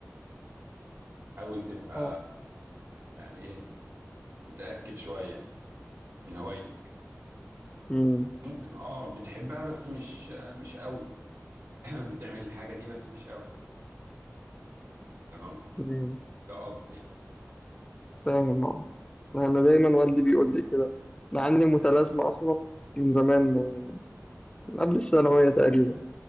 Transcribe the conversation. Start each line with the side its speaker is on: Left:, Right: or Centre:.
Right: حاول تبقى
Left: اه
Right: يعني إيه متأكد شوية من هوايتك
Left: أمم،
Right: ممكن اه بتحبها بس مش مش قوي <clears throat> بتعمل الحاجة دي بس مش قوي تمام
Left: أمم،
Right: ده قصدي يعني
Left: فاهم اه أنا دايما والدي بيقول لي كده أنا عندي متلازمة أصلا من زمان من من قبل الثانوية تقريبا